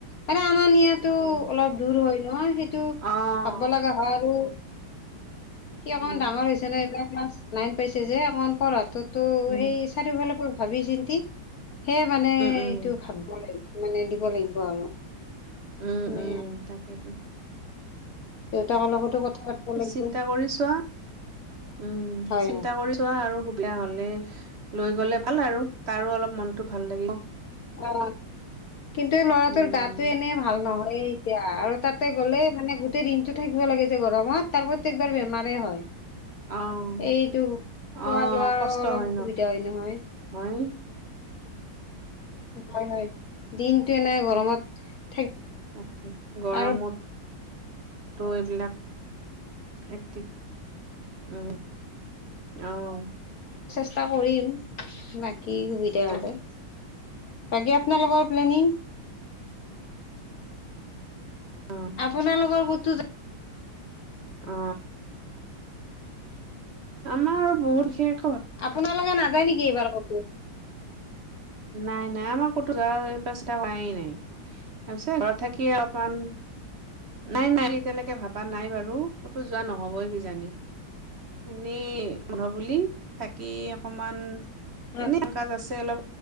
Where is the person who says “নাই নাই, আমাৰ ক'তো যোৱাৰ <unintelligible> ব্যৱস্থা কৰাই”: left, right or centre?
Right